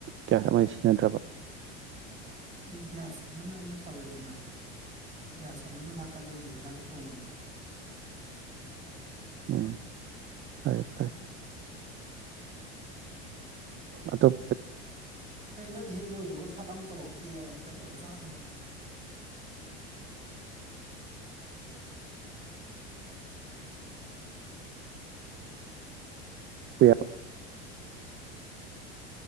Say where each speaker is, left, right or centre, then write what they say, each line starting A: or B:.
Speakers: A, on the right (about 40°); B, on the right (about 25°).
A: ꯀꯌꯥ ꯑꯃ ꯁꯤꯖꯤꯟꯅꯗ꯭ꯔꯕ
B: ꯒꯒ꯭ꯌꯥꯁ ꯑꯃꯅ ꯑꯩꯅ ꯇꯧꯔꯦꯗꯅ ꯒꯌꯥꯁ ꯑꯃꯅ ꯅꯥꯀꯟ ꯑꯃꯗ ꯍꯤꯟꯖꯥꯡ ꯊꯣꯡꯉꯤ
A: ꯎꯝ ꯐꯔꯦ ꯐꯔꯦ ꯑꯇꯣꯞ
B: ꯅꯪ ꯍꯦꯛ ꯂꯣꯏꯕꯒ ꯐꯠꯂꯥꯎ ꯇꯧꯔꯛꯇꯦ ꯀꯩꯗꯧꯔꯖꯥꯠꯅꯣꯅ
A: <unintelligible>